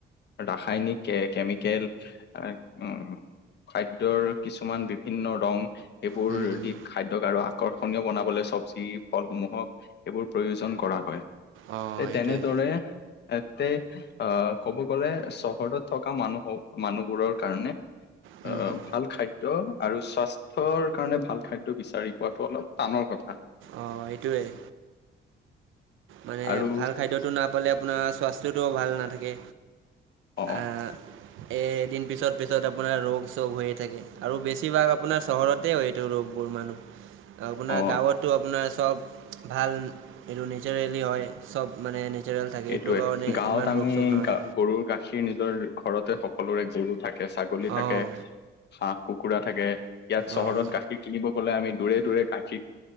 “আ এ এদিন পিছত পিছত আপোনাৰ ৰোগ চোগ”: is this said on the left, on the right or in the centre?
Right